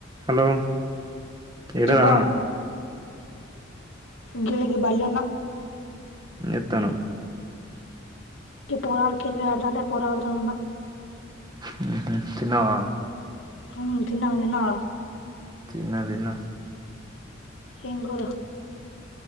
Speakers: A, on the right (about 20°); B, on the left (about 75°).
A: హలో ఏడరా
B: చెబ్బా గిళగి బళ్ళ ఉన్న
A: ఏం చేతనవ్
B: ఈ పోరాలు <unintelligible> పోరాళ్తో ఉన్నా
A: హ్మ్ హు తిన్నవా?
B: హ్మ్ తిన్న, తిన్నవా?
A: తిన్న తిన్న
B: ఏంగూర